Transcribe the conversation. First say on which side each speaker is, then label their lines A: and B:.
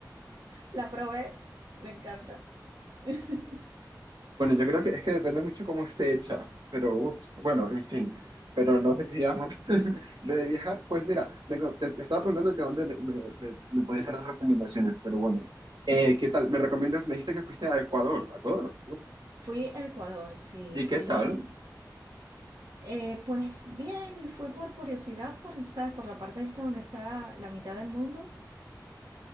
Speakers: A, on the right; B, on the right.
A: la probé, me encanta. <laughs>
B: Bueno, yo creo que es que depende mucho cómo esté hecha, pero uf, bueno, en fin, pero no desviamos <laughs> de viajar. Pues mira, me co- te, te estaba preguntando que dónde me, me, me, me podías dar las recomendaciones, pero bueno, Eh, ¿qué tal? ¿Me recomiendas? Me dijiste que fuiste a Ecuador, ¿a Ecuador.
A: Fui a Ecuador, sí,
B: ¿Y
A: fui.
B: qué tal?
A: Eh, pues bien, fui por curiosidad, por, ¿sabes? Por la parte esta donde está la mitad del mundo,